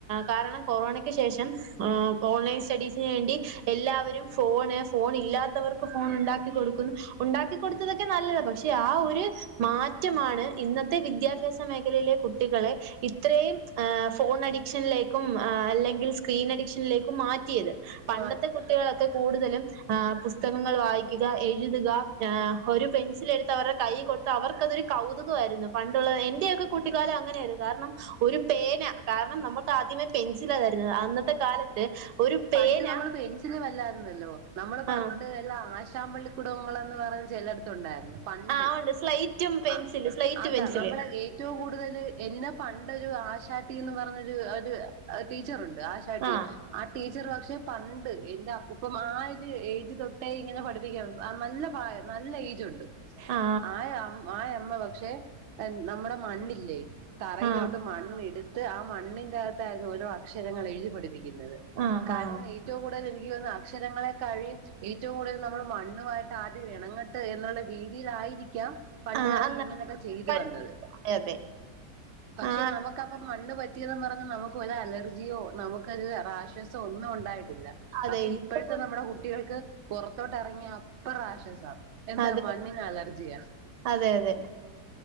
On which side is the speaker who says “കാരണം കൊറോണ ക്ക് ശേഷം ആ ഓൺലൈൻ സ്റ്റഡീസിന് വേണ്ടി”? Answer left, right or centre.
Right